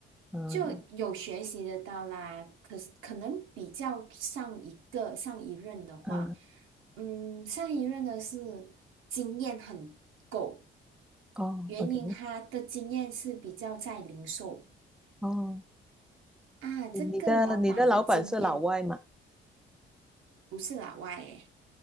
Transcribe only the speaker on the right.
就有学习得到啦，可是可能比较上一个上一任的话，
嗯，上一任的是经验很够，
原因他的经验是比较在零售
啊，这个老板的经验
不是老外诶，